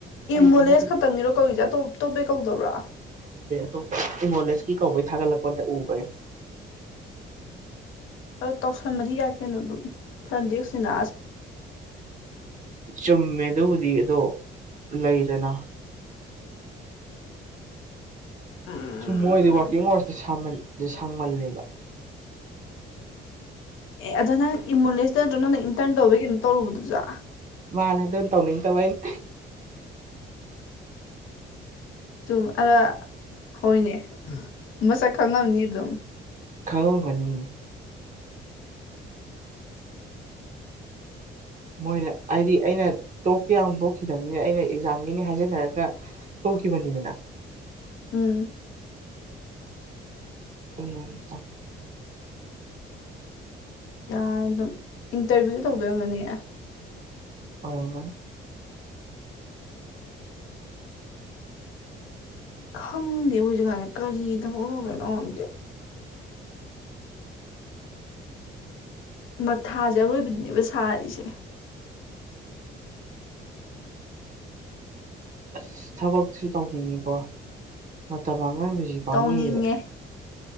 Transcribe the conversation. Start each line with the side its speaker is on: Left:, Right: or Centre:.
Right: ꯑꯩ
Left: ꯑꯦꯝꯃꫭꯂꯦꯁ
Right: ꯆꯥꯟꯅꯔꯤ
Left: ꯈꯛꯇꯪꯒꯤꯔꯣ ꯀꯧꯏꯁꯦ ꯑꯇꯣꯞ ꯑꯇꯣꯞꯄꯩ ꯀꯧꯗꯕ꯭ꯔꯥ
Right: <unintelligible> ꯏꯃꫭꯂꯦꯁꯀꯤ ꯀꯧꯕꯩ ꯊꯒꯠꯂꯛꯄꯗ ꯎꯕ ꯑꯩ
Left: ꯑꯣ ꯇꯧꯁꯟꯃꯗꯤ ꯌꯥꯏ ꯀꯩꯅꯣ ꯑꯗꯨꯝ ꯐ꯭ꯔꯟꯗꯦꯛꯁ ꯅꯤꯅ
Right: ꯆꯨꯝꯃꯦ ꯗꯨꯕꯨꯗꯤ ꯑꯗꫭ ꯂꯩꯗꯅ
Left: ꯎꯝ
Right: ꯁꯨꯝ ꯃꯣꯏꯗꯤ ꯋꯥꯔꯀꯤꯡ ꯑꯋꯥꯔꯁꯇ ꯁꯥꯡꯃꯜꯂꯦꯕ
Left: ꯑꯦ ꯑꯗꯣ ꯅꯪ ꯏꯕꯨꯂꯦꯟꯁꯇ ꯅꯠꯇ꯭ꯔꯣ ꯅꯪꯅ ꯏꯟꯇꯔꯟ ꯇꯧꯕꯩ ꯀꯩꯅꯣ ꯇꯧꯔꯨꯕꯗꯨꯖꯥ
Right: ꯃꯥꯅꯦ ꯑꯗꯨꯝ ꯇꯧꯅꯤꯡꯗꯕ ꯑꯩꯅ
Left: ꯆꯨꯝ ꯑꯗ ꯍꯣꯏꯅꯦ ꯃꯁꯛ ꯈꯪꯉꯝꯅꯤ ꯑꯗꯨꯝ
Right: ꯈꯪꯪꯒꯅꯤ ꯃꯣꯏꯅ ꯍꯥꯏꯗꯤ ꯑꯩꯅ ꯇꯣꯛꯀ ꯌꯥꯝ ꯇꯣꯛꯈꯤꯗꯕꯅꯤꯅ ꯑꯩꯅ ꯑꯦꯛꯖꯥꯝꯒꯤꯅꯤ ꯍꯥꯏꯖꯟꯅꯔꯒ ꯕꯅꯤꯗꯅ
Left: ꯎꯝ
Right: ꯎꯝ
Left: ꯌꯥ ꯑꯗꯨꯝ ꯏꯟꯇꯔꯚꯤꯌꯨ ꯇꯧꯗꯣꯏꯔꯝꯃꯅꯤ ꯑꯦ
Right: ꯑꯣꯏꯔꯃꯥꯟ
Left: ꯈꯪꯗꯦ ꯍꯧꯖꯤꯛ ꯀꯥꯟꯗ ꯀꯔꯤ ꯊꯐꯗꯧ ꯀꯅꯣꯟꯗꯦ ꯃꯊꯥꯁꯦ ꯑꯔꯣꯏꯕꯗꯨꯅꯦꯕ ꯁꯥꯔꯤꯁꯦ
Right: ꯑꯁ ꯊꯕꯛꯁꯨ ꯇꯧꯅꯤꯡꯉꯤꯀꯣ ꯃꯇꯝ ꯃꯥꯡꯍꯟꯕꯁꯤ ꯄꯥꯝꯃꯣꯏꯌꯦꯕ
Left: ꯇꯧꯅꯤꯡꯉꯦ